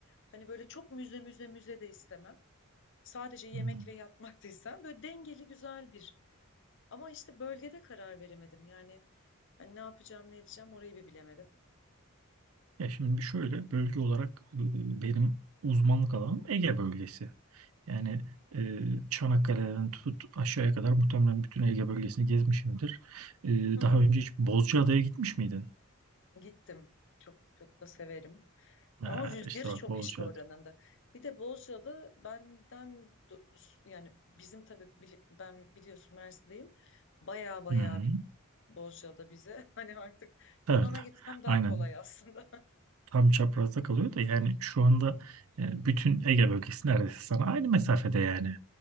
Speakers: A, on the left; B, on the right.
A: hani böyle çok müze müze müze de istemem. Sadece yemek
B: Hı.
A: ve yatmak <laughs> da istemem. Böyle dengeli güzel bir. Ama işte bölgede karar veremedim. Yani hani ne yapacağım ne edeceğim orayı bir bilemedim.
B: Ya şimdi şöyle bölge olarak e, benim uzmanlık alanım Ege bölgesi. Yani e, Çanakkale'den tut aşağıya kadar muhtemelen bütün Ege bölgesini gezmişimdir. E,
A: Hı
B: daha
A: hı.
B: önce hiç Bozcaada'ya gitmiş miydin?
A: Gittim. Çok çok da severim.
B: Ha,
A: Ama rüzgarı
B: işte bak
A: çok
B: Bozcaada.
A: işte oranın da. Bir de Bozcaada benden do- yani bizim tabii bili- ben biliyorsun Mersin'deyim. Baya baya
B: Hı hı.
A: bir Bozcaada bize. <laughs> Hani artık Yunan'a
B: Evet.
A: gitsem daha
B: Aynen.
A: kolay aslında. <laughs>
B: Tam çaprazda kalıyor da yani şu anda e, bütün Ege bölgesi neredeyse sana aynı mesafede yani.